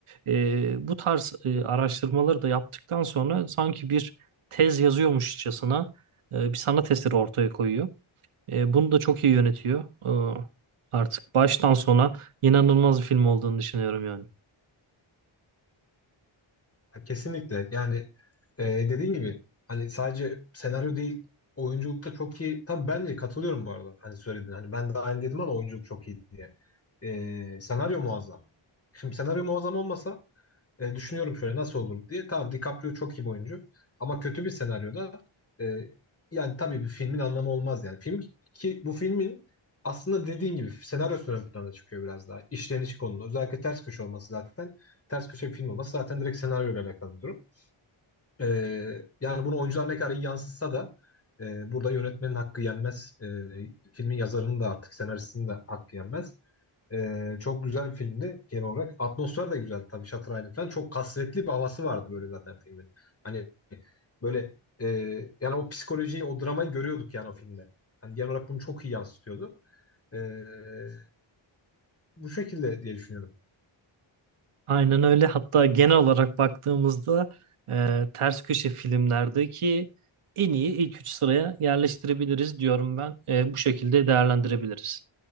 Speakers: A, on the right; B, on the left.
A: E, bu tarz e, araştırmaları da yaptıktan sonra sanki bir tez yazıyormuşçasına e, bir sanat eseri ortaya koyuyor. E, bunu da çok iyi yönetiyor. Ee, artık baştan sona inanılmaz bir film olduğunu düşünüyorum yani.
B: Kesinlikle. Yani e, dediğin gibi hani sadece senaryo değil oyunculukta çok iyi. Tabii bence katılıyorum bu arada. Hani söyledin. Hani ben de aynı dedim ama oyunculuk çok iyi diye. E, senaryo muazzam. Şimdi senaryo muazzam olmasa e, düşünüyorum şöyle nasıl olur diye. Tamam DiCaprio çok iyi bir oyuncu. Ama kötü bir senaryoda e, yani tabii bir filmin anlamı olmaz yani. Film ki bu filmin aslında dediğin gibi senaryosu ön plana çıkıyor biraz daha. İşleniş konulu. Özellikle ters köşe olması zaten. Ters köşe bir film olması zaten direkt senaryoyla alakalı bir durum. E, yani bunu oyuncular ne kadar iyi yansıtsa da e, burada yönetmenin hakkı yenmez. E, filmin yazarının da artık senaristinin de hakkı yenmez. Ee, çok güzel bir filmdi genel olarak. Atmosfer de güzel tabii Shutter Island falan. Çok kasvetli bir havası vardı böyle zaten filmin. Hani böyle e, yani o psikolojiyi, o dramayı görüyorduk yani o filmde. Hani genel olarak bunu çok iyi yansıtıyordu. Ee, bu şekilde diye düşünüyorum.
A: Aynen öyle. Hatta genel olarak baktığımızda e, ters köşe filmlerdeki en iyi ilk üç sıraya yerleştirebiliriz diyorum ben. E, bu şekilde değerlendirebiliriz.